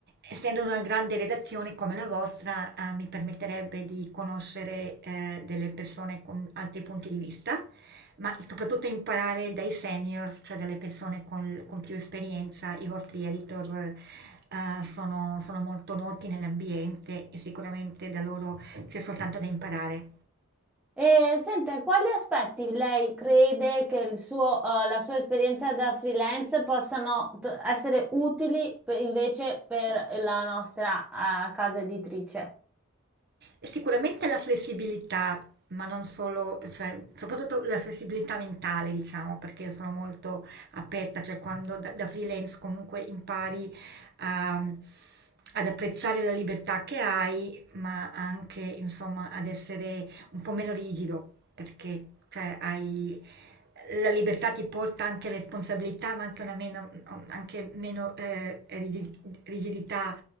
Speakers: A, on the right; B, in the centre.
A: Essendo una grande redazione come la vostra, ehm, mi permetterebbe di conoscere, ehm, delle persone con altri punti di vista, ma soprattutto imparare dai seniors, cioè dalle persone con con più esperienza. I vostri editor, ehm, sono sono molto noti nell'ambiente e sicuramente da loro c'è soltanto da imparare.
B: E sente, quali aspetti lei crede che il suo, eh, la sua esperienza da freelance possano t- essere utili per- invece per la nostra, eh, casa editrice?
A: Sicuramente la flessibilità, ma non solo, cioè soprattutto la flessibilità mentale, diciamo, perché sono molto aperta, cioè quando da, da freelance comunque impari a- ad apprezzare la libertà che hai, ma anche, insomma, ad essere un po' meno rigido, perché cioè, hai, la libertà ti porta anche responsabilità, ma anche una meno, anche meno eh, rigi- rigidità